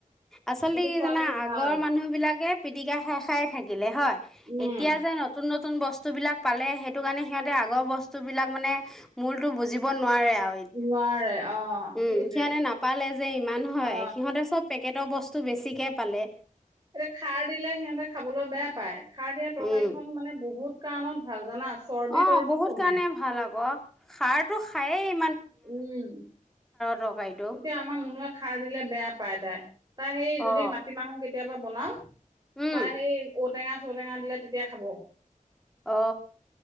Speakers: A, in the centre; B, on the right (about 30°).
A: আচলতে
B: এইটো
A: কি
B: খোৱা
A: জানা?
B: বোলো
A: আগৰ
B: ভাল
A: মানুহ বিলাকে পিটিকা খাই, খাই থাকিলে হয়,
B: উম
A: এতিয়া যে, নতুন, নতুন নতুন বস্তুবিলাক পালে সেইটো কাৰণে সিহঁতে আগৰ বস্তুবিলাক মানে মূলটো বুজিব নোৱাৰে আউ
B: নোৱাৰে অ'।
A: উম
B: সেইটোৱে
A: সিহঁতে নাপালে যে ইমান হয়
B: অ
A: সিহঁতে চব। পেকেটৰ বস্তু বেছিকে পালে।
B: এতিয়া খাৰ দিলে সিহঁতে খাবলৈ বেয়া পায়, খাৰ দিয়া তৰকাৰীখন
A: উম
B: মানে বহুত কাৰণত ভাল জানা চৰ্বি
A: অ'
B: তৰ্বিও
A: বহুত
B: কমে
A: কাৰণে ভাল আকৌ। খাৰ টো খায়েই
B: উম,
A: তৰকাৰীটো
B: এতিয়া আমাৰ মুনুয়ে খাৰ দিলে বেয়া পায় তাই। তাই হেই যদি
A: অ
B: মাটিমাহু কে কেতিয়াবা বনাওঁ
A: উম
B: তাই হেই ঔটেঙা ঔটেঙা দিলে, তেতিয়া খাব।
A: অ